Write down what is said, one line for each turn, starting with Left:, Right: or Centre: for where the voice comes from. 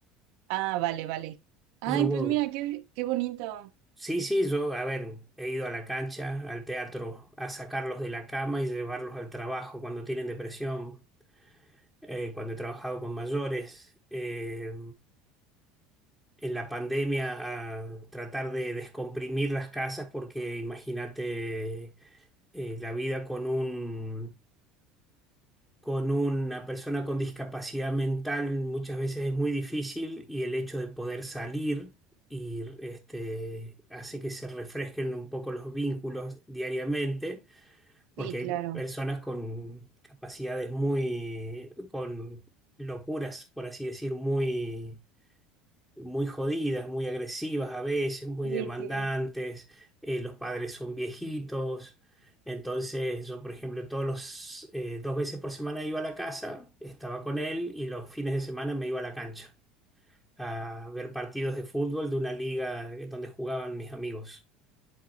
Right: Ah, vale, vale. Ay,
Centre: Yo
Right: pues
Centre: voy-
Right: mira, qué, qué bonito.
Centre: Sí, sí, yo, a ver, he ido a la cancha, al teatro, a sacarlos de la cama y llevarlos al trabajo cuando tienen depresión, eh, cuando he trabajado con mayores. eh, en la pandemia a tratar de descomprimir las casas porque imagínate eh, la vida con un, con una persona con discapacidad mental muchas veces es muy difícil y el hecho de poder salir y este, hace que se refresquen un poco los vínculos diariamente porque
Right: Sí, claro.
Centre: hay personas con capacidades muy, con locuras, por así decir, muy muy jodidas, muy agresivas a veces, muy
Right: Sí,
Centre: demandantes,
Right: sí.
Centre: eh, los padres son viejitos. Entonces yo, por ejemplo, todos los eh, dos veces por semana iba a la casa, estaba con él y los fines de semana me iba a la cancha a ver partidos de fútbol de una liga donde jugaban mis amigos.